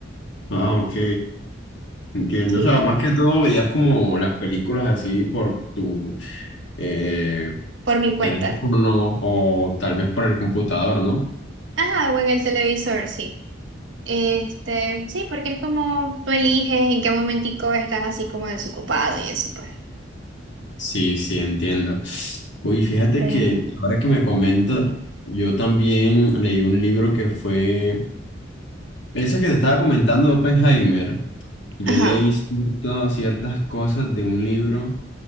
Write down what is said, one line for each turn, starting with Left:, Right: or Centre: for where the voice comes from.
Left: Ah, ok. Entiendo.
Right: Sí,
Left: O sea, más que todo veías como las películas así por tu eh,
Right: por mi cuenta.
Left: teléfono o tal vez por el computador, ¿no?
Right: Ajá, o en el televisor, sí. Este, sí, porque es como tú eliges en qué momentico estás así como desocupado y eso, pues.
Left: Sí, sí, entiendo. Uy, fíjate
Right: Pero,
Left: que ahora que me comenta, yo también leí un libro que fue, ese que te estaba comentando, Oppenheimer. Yo
Right: ajá,
Left: leí cierto- ciertas cosas de un libro